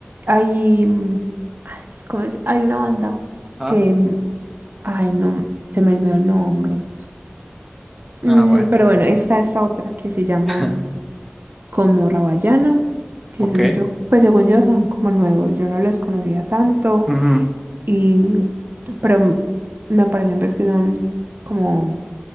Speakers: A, on the right; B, in the centre.
A: hay, mm, ay, sí, ¿cómo es? Hay una banda
B: Ah,
A: que, mm, ay, no, se me olvidó el nombre. Mm,
B: ah, bueno.
A: pero bueno, está esta otra que se llama
B: <laughs>
A: mm, como Rabayana, que
B: Ok.
A: eso yo, pues según yo son como nuevos, yo no los conocía tanto,
B: Ujú,
A: y, mm, pero mm, me parecen pues que son como